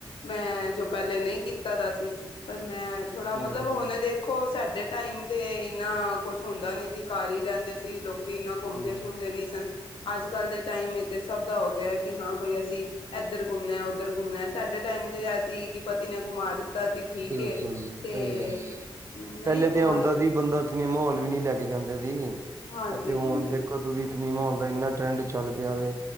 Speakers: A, on the left; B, on the right.
A: ਮੈਂ ਜੋ ਪਹਿਲੇ ਨਹੀਂ ਕੀਤਾ ਦਾ ਸੀ। ਪਰ ਮੈਂ ਥੋੜਾ
B: ਹਮ
A: ਮਤਲਬ ਹੁਣ ਦੇਖੋ ਸਾਡੇ ਟਾਈਮ ਤੇ ਇੰਨਾ ਕੁੱਛ ਹੁੰਦਾ ਨੀ ਸੀ। ਘਰ ਹੀ ਰਹਿੰਦੇ ਸੀ ਲੋਕ ਵੀ ਇੰਨਾ ਘੁੰਮਦੇ-
B: ਹਮ
A: ਸ਼ੁੰਮਦੇ ਨੀ ਸਨ। ਅੱਜ-ਕੱਲ੍ਹ ਦੇ ਟਾਈਮ ਇਥੇ ਸਭ ਦਾ ਹੋ ਗਿਆ ਕਿ ਹਾਂ ਬਾਈ ਅਸੀ ਇੱਧਰ ਘੁੰਮਣਾ-ਉੱਧਰ ਘੁੰਮਣਾ ਸਾਡੇ ਟਾਈਮ ਤੇ ਐਸੀ ਕਿ ਪਤੀ ਨੇ ਘੁੰਮਾ ਦਿੱਤਾ। ਜੀ ਠੀਕ
B: ਬਿਲਕੁਲ
A: ਏ ਤੇ
B: ਸਹੀ ਗੱਲ ਏ।
A: ਨਹੀਂ
B: ਪਹਿਲੇ ਤੇ
A: ਘੁਮਾਇਆ
B: ਆਉਦਾ ਸੀ ਬੰਦਾ ਨਹੀਂ ਮਾਹੌਲ ਵੀ ਨੀ ਲੈ ਕੇ ਜਾਂਦੇ ਸੀ
A: ਹਾਂਜੀ
B: ਅਤੇ
A: ਹਾਂਜੀ
B: ਹੁਣ ਦੇਖੋ ਤਸੀਂ ਨੀ ਮਹੋਲ ਦਾ ਇੰਨਾ ਟਰੈਂਡ ਚੱਲ ਪਿਆ ਵ